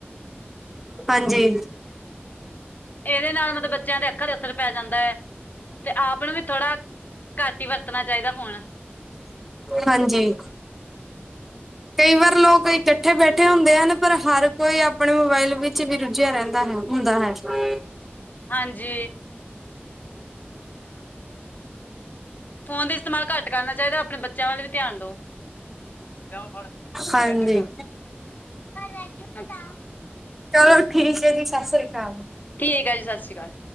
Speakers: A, in the centre; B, on the left.
A: ਹਾਂਜੀ।
B: ਏਦੇ ਨਾਲ ਮਤਬ ਬੱਚੇਆਂ ਦੇ ਅੱਖਾ ਚ ਅਸਰ ਪੈ ਜਾਂਦਾ ਐ। ਤੇ ਆਪ ਨੂੰ ਵੀ ਥੋੜ੍ਹਾ, ਘੱਟ ਈ ਵਰਤਣਾ ਚਾਈਦਾ ਫੋਣ।
A: ਹਾਂਜੀ। ਕਈ ਵਾਰ ਲੋਕ ਇਕੱਠੇ ਬੈਠੇ ਹੁੰਦੇ ਆ ਨਾ, ਪਰ ਹਰ ਕੋਈ ਆਪਣੇ ਮੋਬਾਇਲ ਵਿੱਚ ਵੀ ਰੁੱਝੇਆ ਰੈਂਦਾ ਹੈ ਹੁੰਦਾ ਹੈ। <unintelligible>
B: ਹਾਂਜੀ। ਫੋਨ ਦਾ ਇਸਤੇਮਾਲ ਘੱਟ ਕਰਨਾ ਚਾਈਦਾ, ਆਪਣੇ ਬੱਚੇਆਂ ਵੱਲ ਵੀ ਧੇਆਨ ਦੋ। ਲੈ ਆ ਫੜ
A: ਹਾਂਜੀ
B: ਮੰਜਾ ਏਦਰ ਕਾਰ <unintelligible>
A: ਚਲੋ ਠੀਕ ਏ ਜੀ ਸਾਸ ਸ੍ਰੀ ਕਾਲ।
B: ਠੀਕ ਐ ਜੀ ਸਾਸ ਸ੍ਰੀ ਕਾਲ।